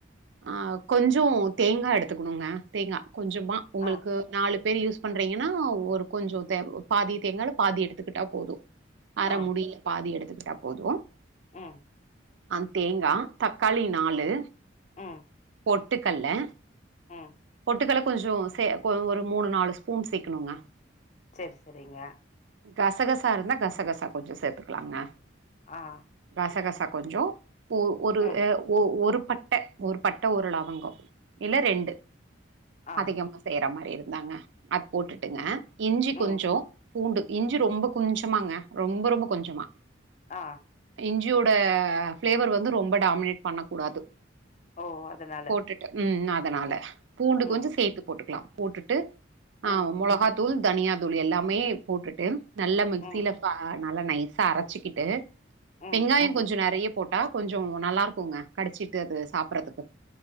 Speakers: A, on the right (about 65°); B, on the left (about 35°).
A: ஆ கொஞ்சோ தேங்கா எடுத்துக்கணுங்க தேங்கா கொஞ்சமா உங்களுக்கு
B: ஆ
A: நாலு பேர் யூஸ் பண்றீங்கன்னா ஒரு கொஞ்சொ தே பாதி தேங்கால பாதி எடுத்துக்குட்டா போது அர
B: ஆ
A: முடியில பாதி எடுத்துக் க்ட்டா போது
B: ம்
A: அ தேங்கா தக்காளி நாலு
B: ம்
A: பொட்டுக்கல்ல
B: ம்
A: பொட்டு கள்ள கொஞ்சோ சே கு ஒரு மூணு நாலு ஸ்பூன் சேக்கணுங்க
B: சரி சரிங்க
A: கசகசா இருந்தா கசகசா கொஞ்சோ சேத்துக்லாங்க
B: ஆ
A: கசகசா கொஞ்சோ ஒ ஒரு
B: ம்
A: அ ஒ ஒரு பட்ட ஒரு பட்ட ஒரு லவங்கோ இல்ல ரெண்டு
B: ஆ
A: அதிகமா செய்ற மாதிரி இருந்தாங்க அது போட்டுட்டுங்க இஞ்சி
B: ம்
A: கொஞ்சோ பூண்டு இஞ்சி ரொம்ப கொஞ்சமாங்க ரொம்ப ரொம்ப கொஞ்சமா
B: ஆ
A: இஞ்சியோட ஃப்ளேவர் வந்து ரொம்ப டாமினேட் பண்ணக்கூடாது
B: ஓ அதனால
A: போட்டுட்டு ம் அதனால பூண்டு
B: ம்
A: கொஞ்சோ சேத்து போட்டுக்லா போட்டுட்டு
B: ம்
A: ஆ மொளகா தூள் தனியா தூள் எல்லாமே போட்டுட்டு நல்ல மிக்சில
B: ம்
A: ச நல்ல நைஸா அரச்சிக்கிட்டு
B: ம்
A: வெங்காயோ கொஞ்சோ நறைய போட்டா கொஞ்சோ நல்லாருக்கூங்க கடிச்சிட்டு அது சாப்றதுக்கு